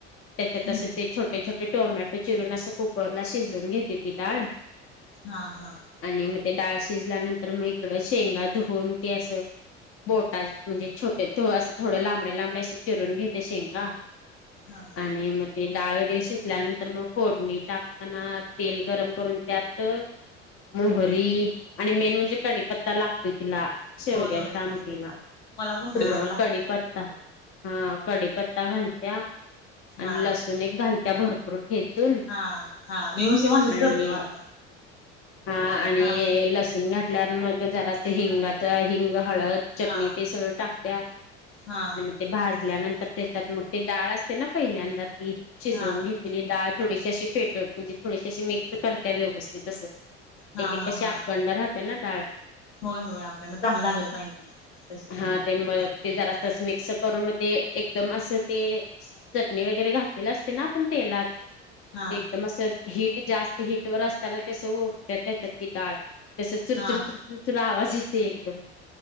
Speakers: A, on the left (about 40°); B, on the left (about 80°).
A: तेच्यात
B: हम्म
A: असं ते छोटे छोटे. ते टोमॅटो चिरून असं कुकरला शिजवून घेते ती डाळ.
B: हा हा.
A: आणि म ते डाळ शिजल्यानंतर म इकडं शेंगा धुऊन ते असं बोटा म्हणजे छोटे असं थोडं लांबडे लांबडे असं चिरून घेते शेंगा.
B: हां.
A: आणि मग ते डाळ वगैरे शिजल्यानंतर मग फोडणी टाकताना तेल गरम करून त्यात मोहरी आणि मेन म्हणजे कढीपत्ता लागतोय तिला. शेवग्याच्या
B: होय होय
A: आमटीला
B: कढीपत्ता मला पण कढीपत्ता
A: हा
B: लागतोय
A: कडीपत्ता. हा कडीपत्ता घालत्या आणि
B: हा
A: लसूण एक घालत्या भरपूर. ठेचून
B: हा हा मी पण सेम अशीच
A: आणि
B: करते हा
A: हा आणि
B: हा
A: लसुण घा ल्या मग झाला तर हिंगाच हिंग हळद चटणी
B: हा
A: ते सगळं टाकत्या. आणि
B: हा
A: मग ते भाजल्यानंतर त्याच्यात मग ती डाळ असते ना पहिल्यांदा ती शिजवून
B: हा
A: घेत पीली डाळ थोडीशी अशी फेटत म्हणजे थोडीशी अशी मिक्स करत्या व्यवस्थित असं.
B: हा
A: एक एक काशी
B: हा
A: अखंड राहते ना डाळ.
B: होय होय आकण चांग लागत नाहीती तशी.
A: हा तेन म ते जरा असच मिक्स करून म ते एकदम असं ते चटणी वगैरे घातलेला असते ना आपण तेलात
B: हा
A: ते एकदम असं हीट जास्त हिट वर असताना ते <unintelligible> ती डाळ. कसं चुरचुर
B: हा
A: चुरचुरचुर आवाज येते एकदम.